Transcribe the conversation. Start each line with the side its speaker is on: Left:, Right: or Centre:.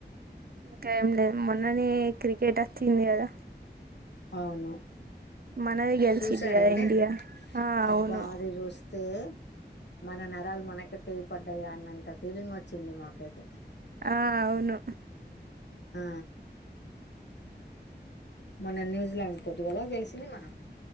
Right: ఇంక ఏం లేదు మొన్ననే క్రికెట చింది కదా
Left: అవును
Right: మనది గెలిచింది
Left: చూసారా
Right: కదా
Left: అండి
Right: ఇండియా ఆ అవును
Left: అబ్బా అది చూస్తే మన నరాలు మనకే తెగి పడ్డాయా అన్నంత ఫీలింగ్ వచ్చింది మాకైతే
Right: ఆ అవును
Left: ఆ మన ని ఇంగ్లాండ్ తోటి కదా గెలిసింది మనం